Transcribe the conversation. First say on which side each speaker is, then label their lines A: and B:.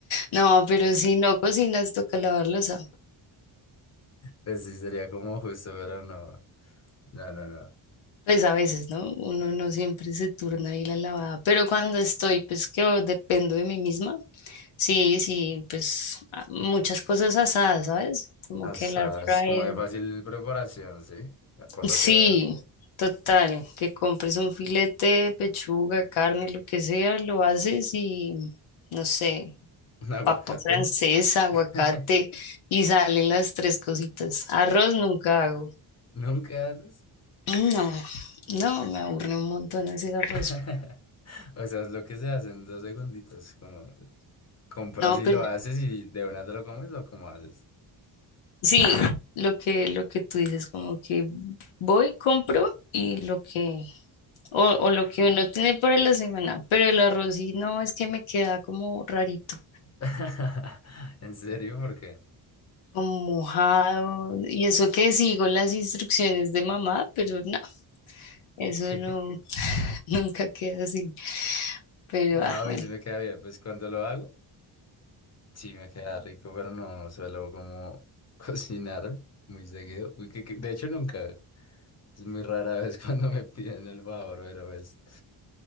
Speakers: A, on the left; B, on the left.
A: No, pero si no cocinas, toca lavar losa.
B: Pues sí, sería como justo, pero no. No, no, no.
A: Pues a veces, ¿no? Uno no siempre se turna ahí la lavada. Pero cuando estoy, pues que dependo de mí misma. Sí, sí, pues a- muchas cosas asadas, ¿sabes? Como
B: O
A: que
B: sea,
A: el air
B: es
A: fryer.
B: como de fácil preparación, ¿sí? Por lo
A: Sí,
B: que veo.
A: total, que compres un filete, pechuga, carne, lo que sea, lo haces y, no sé,
B: Un aguacate.
A: papa francesa, aguacate
B: <laughs>
A: y salen las tres cositas. Arroz nunca hago.
B: Nunca haces.
A: Mm, No, no, me aburre un montón hacer arroz.
B: <laughs> O sea, es lo que se hace en dos segunditos. Como compras
A: No,
B: y
A: pero
B: lo haces y de una te lo comes o cómo haces.
A: sí, lo que, lo que tú dices, como que voy, compro y lo que, o, o lo que uno tiene para la semana, pero el arroz sí, no, es que me queda como rarito.
B: <laughs> ¿En serio? ¿Por qué?
A: como mojado. Y eso que sigo las instrucciones de mamá, pero no, eso
B: Ok.
A: no, <laughs> nunca queda así. Pero
B: No,
A: ah,
B: a
A: bueno.
B: mí sí me queda bien. Pues cuando lo hago. Sí, me queda rico, pero no suelo como <laughs> cocinar muy seguido. Uy, que- que- de hecho, nunca. Es muy rara vez <laughs> cuando me piden el favor, pero es...